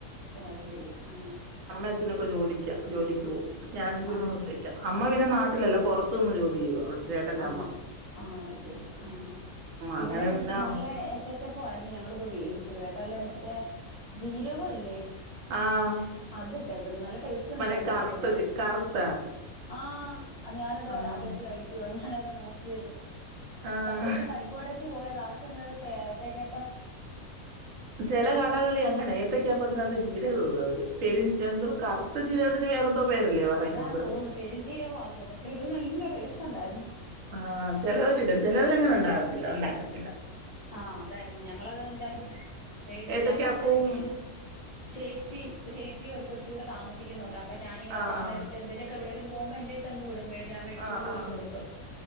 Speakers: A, on the left; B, on the right.
A: ഓ അത് ശരി ആ
B: അച്ഛനൊക്കെ ജോലിക്കാ ജോലിക്ക് പോവും ഞാനും കുഞ്ഞും
A: ആ
B: ഒറ്റക്കാ അമ്മ പിന്നെ നാട്ടിലല്ല പൊറത്ത് നിന്ന് ജോലി ചെയ്യുവാ അവിടെ ചേട്ടന്റമ്മ
A: ആ ആ അത് ശെരി ആ ആ
B: അങ്ങനെ
A: ഇവിടെം
B: പിന്നെ
A: നല്ല ഏത്തക്കാപ്പം ആരുന്നു ഞങ്ങളിപ്പോ മേടിച്ചത് കേ അല്ല മറ്റേ ജീരകവില്ലേ
B: ആഹ്
A: ആ അതീട്ടേക്കുന്നു നല്ല ടേസ്റ്റ് ഉണ്ടാരുന്നു
B: മറ്റേ കറുത്ത
A: അതുകൊണ്ട്
B: ചി കറുത്താ?
A: ആ അത് ഞാനത്
B: ആഹ്.
A: ആദ്യായിട്ട് കഴി ഞാനത് നോക്കിയത്
B: ആഹ്.
A: സത്യത്തി പരിപ്പുവടക്ക് പോയതാ അവിടെ ചെന്നപ്പം <unintelligible> ഏത്തക്കാ
B: ചെല കടകളിൽ അങ്ങനാ ഏത്തക്കപ്പത്തിനാത്ത് ജീരകവിടും അവര് പെരിം എന്തോ കറുത്ത ജീരകത്തിന് വേറെന്തോ പേരല്ലേ പറയുന്നത്?
A: അതാം തോന്നുന്നു പെരിഞ്ചീരകവാന്നു തോന്നുന്നു ഇട്ടേക്കുന്നേന് നല്ല ടേസ്റ്റൊണ്ടാരുന്നു
B: ആ ചെലവരിടും ചെലവരങ്ങനെ ഒണ്ടാവത്തില്ല ഒണ്ടാക്കത്തില്ല
A: ആ അതാരുന്നു ഞങ്ങളത് എന്തായാലും മേടിച്ച്
B: ഏത്തയ്ക്കാപ്പവും
A: അപ്പറത്തെ വീട്ടില് ചേച്ചി ചേ ച്ചീം ഒരു കൊച്ചൂടെ താമസിക്കുന്നൊണ്ട് അപ്പോ ഞാനിങ്ങനെ
B: ആഹ്
A: പോകാന്നേരത്ത്
B: ആഹ്.
A: എന്തേലുവൊക്കെ എവിടേലും പോവുമ്പോ എന്റേയി തന്നു വിടും മേടി ഞാൻ മേടിച്ചൊണ്ട്
B: ആഹ്
A: പോയി
B: ആഹ്.
A: കൊടുക്കും